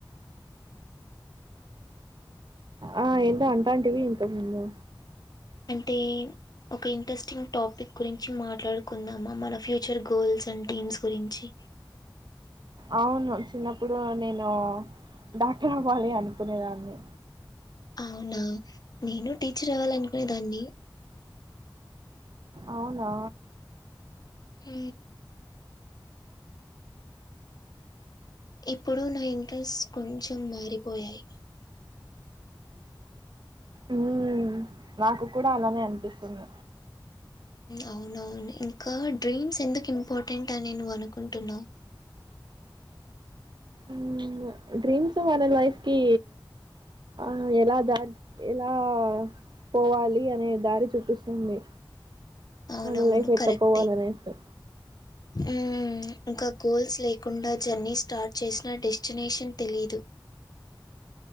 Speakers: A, on the right (about 60°); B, on the left (about 50°).
A: ఆ ఏందో అంటాంటివి ఇంతకుముందు
B: అంటే ఒక ఇంట్రెస్టింగ్ టాపిక్ గురించి మాట్లాడుకుందామా మన ఫ్యూచర్ గోల్స్ అండ్ డ్రీమ్స్ గురించి
A: అవును చిన్నప్పుడు నేను డాక్టర్ అవ్వాలి అనుకునేదాన్ని
B: అవునా నేను టీచర్ అవ్వాలీ అనుకునే దాన్ని
A: అవునా
B: హ ఇప్పుడు నా ఇంట్రెస్ట్ కొంచెం మారిపోయాయి
A: ఉమ్ నాకు కూడా అలానే అనిపిస్తుంది
B: అవునవును ఇంకా డ్రీమ్స్ ఎందుకు ఇంపార్టెంట్ అని నువ్వు అనుకుంటున్నావు
A: ఉమ్ డ్రీమ్స్ వాళ్ళ లైఫ్ కి ఆ ఎలా ద ఎలా పోవాలి అనే దారి చూపిస్తుంది
B: అవునవును
A: మన లైఫ్ ఎట్లా
B: కరెక్టే
A: పోవాలనేసి
B: ఉమ్ ఇంకా గోల్స్ లే కుండా జర్నీ స్టార్ట్ చేసినా డెస్టినేషన్ తెలీదు